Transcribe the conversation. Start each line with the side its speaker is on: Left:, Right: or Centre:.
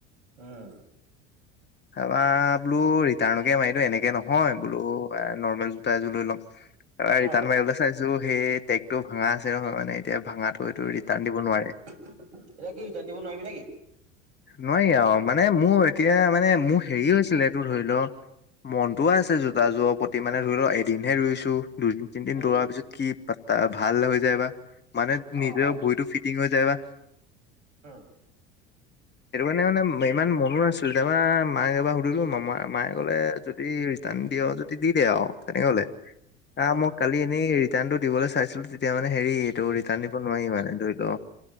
Right: উম।
Left: তাপা বোলো ৰিটাৰ্ণকে মাৰি দিওঁ এনেকে নহয় বোলো এ নৰ্মেল জোতা এযোৰ লৈ ল'ম তাপা ৰিটাৰ্ণ
Right: অ
Left: মাৰিবলৈ চাইছো সেই টেগতটো ভাঙা আছে নহয় মানে এতিয়া ভাঙাটো এইটো ৰিটাৰ্ণ দিব নোৱাৰে
Right: এতিয়া কি ৰিটাৰ্ণ দিব নোৱাৰিবি নেকি।
Left: নোৱাৰি আৰু মানে মোৰ এতিয়া মানে মোৰ হেৰি হৈছিলে তোৰ ধৰি ল' মনটোও আছে জোতাজোৰৰ প্ৰতি মানে ধৰি ল' এদিনহে ৰুইছো দুদিন তিনিদিন
Right: উম
Left: দৌৰা পিছত কি প ভাল হৈ যায় বা, মানে
Right: অ
Left: নিজৰ
Right: অ
Left: ভৰিতটো ফিটিং হৈ যায় বা
Right: অ'।
Left: সেইটো কাৰণে মানে ইমান মনো নাছিলে, তাপা মাক এবাৰ সুধিলো মামা মায়ে ক'লে যদি ৰিটাৰ্ণ দিয় যদি দি দে আৰু তেনেকে ক'লে আহ
Right: অ'।
Left: মোক কালি এনেই ৰিটাৰ্ণটো দিবলৈ চাইছিলো তেতিয়া মানে হেৰি এইটো ৰিটাৰ্ণ দিব নোৱাৰি মানে ধৰি ল'